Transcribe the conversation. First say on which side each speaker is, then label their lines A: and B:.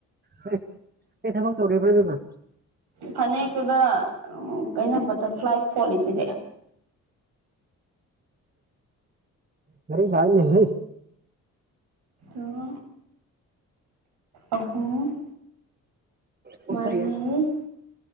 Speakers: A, on the right (about 25°); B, on the right (about 75°).
A: ꯍꯦ ꯀꯩ ꯊꯕꯛ ꯇꯧꯔꯤꯕ꯭ꯔꯣ ꯅꯪꯅ
B: ꯐꯅꯦꯛꯇꯨꯗ ꯎꯝ ꯀꯩꯅꯣ ꯕꯥꯇ꯭ꯔꯐ꯭ꯂꯥꯏ ꯐꯣꯂꯤꯁꯤꯗꯤ
A: ꯉꯔꯤ ꯂꯥꯏ ꯅꯦꯍꯦ
B: ꯑꯣ ꯑꯍꯨꯝ
A: ꯄꯁ
B: ꯃꯔꯤ